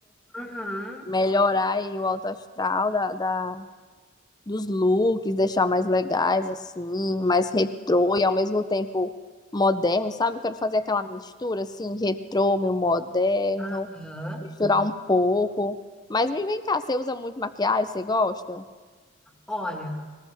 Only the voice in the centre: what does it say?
uhum,
aham.
Olha.